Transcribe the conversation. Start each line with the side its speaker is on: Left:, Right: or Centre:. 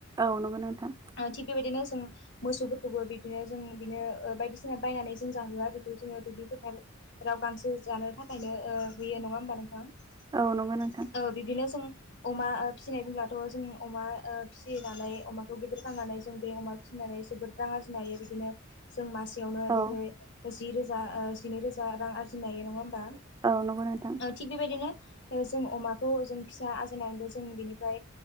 Right: औ नंगौ नोंथां
Left: ओ थिग बेबायदिनो जों मोसौफोरखौबो बिदिनो जों बिदिनो बायदिसिना बायनानै जों जाहोआ आरो गारिखौ जोङो दुब्लि फोथाराव गांसो जानो थाखायनो होयो नङा होमबा नोंथां औ
Right: नंगौ नोंथां नंगौ नोंथां
Left: बिदिनो जों अमा फिसिनाय बुंब्लाथ' जों अमा ओ फिसिनानै अमाखौ गिदिरखांनानै जों बे अमा फिसिनानै जोबोद रां आरजिनो हायो बिनो जो मास सियावनो
Right: औ
Left: बि जि रोजा जिनै रोजा रां आरजिनो हायो नङा होमबा
Right: औ नंगौ नोंथां
Left: औ थिग बेबायदिनो जों अमाखौ जों फिसा आरजिनानैबो जों बेनिफ्राय